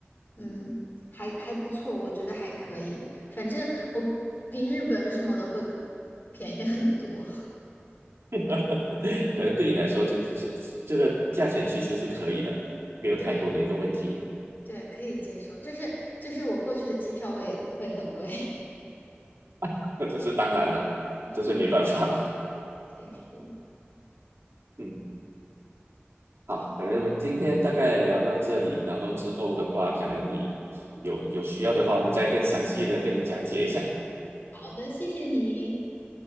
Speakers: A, on the left; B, on the right.
A: 嗯，还还不错，我觉得还可以。反正我比日本什么的会便宜很多，
B: <laughs> 可能对你来说，这这这个价钱其实是可以的，没有太多的一个问题。
A: <laughs> 对，可以接受。就是就是我过去的机票会会很贵。
B: <laughs> 这是当然了，
A: <laughs> 嗯，
B: 这是没办法。
A: 确实。
B: <laughs> 嗯，好，
A: 好
B: 可能我们今天大概聊到这里，然后之后的话，可能你有有需要的话，我们再更详细的跟你讲解一下。
A: 好的，谢谢你，